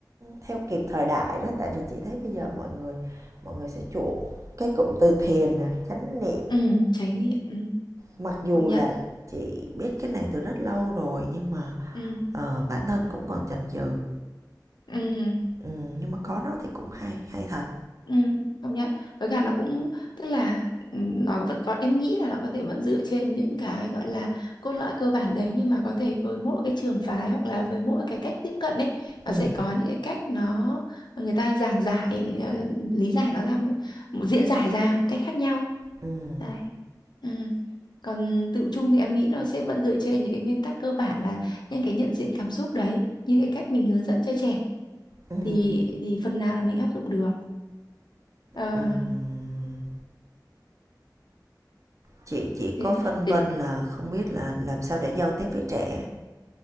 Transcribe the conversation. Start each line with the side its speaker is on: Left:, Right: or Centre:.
Right: theo kịp thời đại đó tại vì chị thấy bây giờ mọi người mọi người sẽ chuộng cái cụm từ thiền nè, chánh niệm.
Left: ừ, tránh đi. Ừ.
Right: Mặc dù
Left: công nhận
Right: là chị biết cái này từ rất lâu rồi nhưng mà
Left: ừ
Right: ờ, bản thân cũng còn chần chừ.
Left: ừ
Right: Ừm, nhưng mà có nó thì cũng hay, hay thật.
Left: ừ công nhận với cả nó cũng tức là ừ, nó vẫn có em nghĩ là nó có thể vẫn dựa trên những cái gọi là cốt lõi cơ bản đấy nhưng mà có thể với mỗi cái trường phái hoặc là với mỗi cái cách tiếp cận ấy nó
Right: Ừm,
Left: sẽ có những cái cách nó người ta giảng giải ờ, lý giải nó ra một, một diễn giải ra một cách khác nhau
Right: ừm,
Left: đấy ừ. còn tự chung thì em nghĩ nó sẽ vẫn dựa trên những cái nguyên tắc cơ bản là những cái nhận diện cảm xúc đấy như cái cách mình hướng dẫn cho trẻ
Right: ừm,
Left: thì thì phần nào là mình áp dụng được Ờ,
Right: ừm. Chị chỉ có
Left: thế
Right: phân
Left: thế
Right: vân là không biết là làm sao để giao tiếp với trẻ.